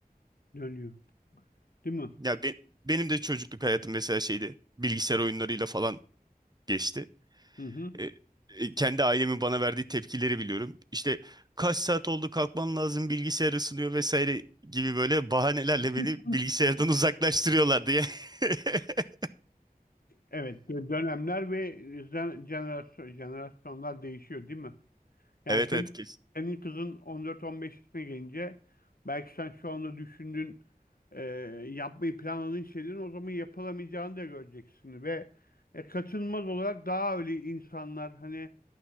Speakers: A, on the left; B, on the right.
A: Dönüyor. Değil mi?
B: Ya be- benim de çocukluk hayatım mesela şeydi. Bilgisayar oyunlarıyla falan geçti.
A: Hı hı.
B: E, e, kendi ailemin bana verdiği tepkileri biliyorum. İşte kaç saat oldu kalkman lazım bilgisayar ısınıyor vesaire gibi böyle bahanelerle
A: <laughs>
B: beni bilgisayardan uzaklaştırıyorlardı ya. <laughs>
A: Evet, dö- dönemler ve zen- jenerasyon, jenerasyonlar değişiyor değil mi? Yani
B: Evet
A: senin,
B: evet kesin.
A: senin kızın 14-15 yaşına gelince belki sen şu anda düşündüğün, e, yapmayı planladığın şeylerin o zaman yapılamayacağını da göreceksin ve e, kaçınılmaz olarak daha öyle insanlar hani